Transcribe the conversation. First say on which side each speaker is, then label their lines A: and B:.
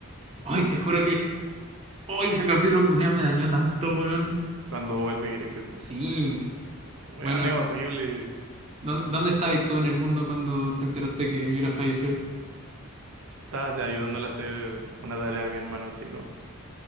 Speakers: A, on the right; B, on the right.
A: Ay, te juro que Oye, ese capítulo culiao me dañó tanto, weón.
B: cuando vuelve Griffith,
A: Sí,
B: <sighs> weón
A: bueno,
B: es horrible.
A: ¿dó- ¿dónde, estabas tú en el mundo cuando te enteraste que Mira falleció?
B: Estaba así ayudándole a hacer una tarea a mi hermano chico.